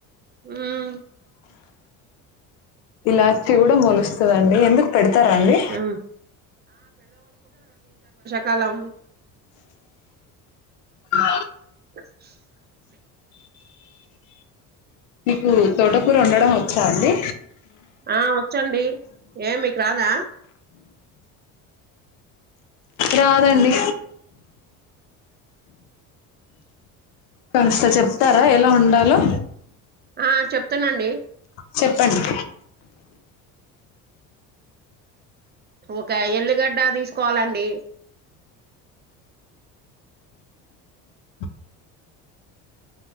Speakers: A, on the right; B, on the left.
A: ఉమ్
B: ఇలాచ్చి కూడా మొలుస్తుదండి ఎందుకు పెడతారా అండి
A: ఉమ్ కాలం
B: ఆ
A: <inaudible>
B: మీకు తోటకూర వండడం వచ్చా అండి
A: ఆ వచ్చండి ఏ మీకు రాదా
B: రాదండి కాస్త చెప్తా ఎలా వండాలో
A: ఆ చెప్తానండి
B: చెప్పండి
A: ఒక ఎల్లిగడ్డ తీసుకోవాలండి
B: స